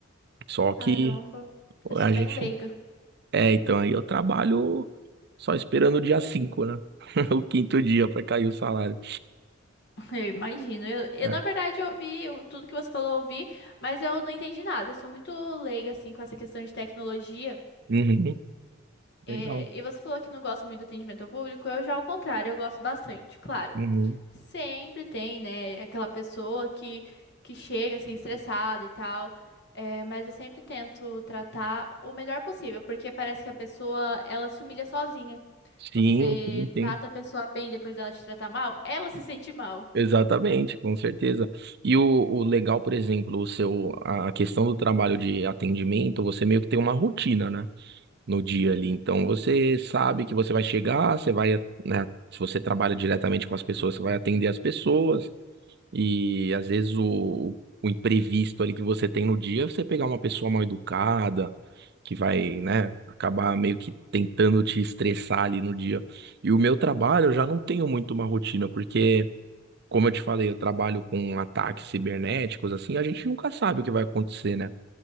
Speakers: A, on the right (about 55°); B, on the left (about 55°).
A: Só que
B: Caramba,
A: pô,
B: eu sou
A: a
B: bem
A: gente.
B: leiga,
A: É, então aí eu trabalho só esperando o dia 5, né? <laughs> O quinto dia para cair o salário.
B: <laughs> eu imagino. Eu, eu,
A: né?
B: na verdade, eu ouvi eu- tudo que você falou, eu ouvi, mas eu não entendi nada. Eu sou muito leiga, assim, com essa questão de tecnologia.
A: Uhum.
B: É,
A: Legal.
B: e você falou que não gosta muito do atendimento ao público, eu já ao contrário, eu gosto bastante, claro.
A: Uhum.
B: Sempre tem, né, aquela pessoa que, que chega assim estressada e tal, é, mas eu sempre tento tratar o melhor possível, porque parece que a pessoa, ela se humilha sozinha.
A: Sim,
B: Você
A: sim, sim.
B: trata a pessoa bem, depois dela te tratar mal, ela se sente mal.
A: Exatamente, com certeza. E o, o legal, por exemplo, o seu, a a questão do trabalho de atendimento, você meio que tem uma rotina, né? No dia ali. Então você sabe que você vai chegar, você vai, né? Se você trabalha diretamente com as pessoas, você vai atender as pessoas. E às vezes o, o imprevisto ali que você tem no dia, é você pegar uma pessoa mal educada, que vai, né, acabar meio que tentando te estressar ali no dia. E o meu trabalho, eu já não tenho muito uma rotina, porque, como eu te falei, eu trabalho com ataques cibernéticos, assim, a gente nunca sabe o que vai acontecer, né?